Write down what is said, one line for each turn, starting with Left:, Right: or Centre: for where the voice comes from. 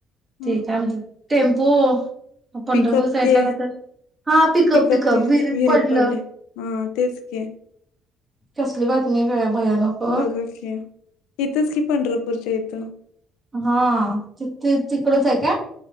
Left: हा
Right: ते काय म्हणत टेम्पो पंढरपूर
Left: पिकअप
Right: साईड
Left: ते
Right: ला काय तर हा पिकप
Left: पिकअप
Right: पिकप, विहिरीत पडलं
Left: पडले हा तेच की
Right: कसली बातमी <unintelligible> भयानक ओ.
Left: बघा की, ये इथंच कि पंढरपूरच्या इथं.
Right: हा, <unintelligible> तिकडच हाय काय?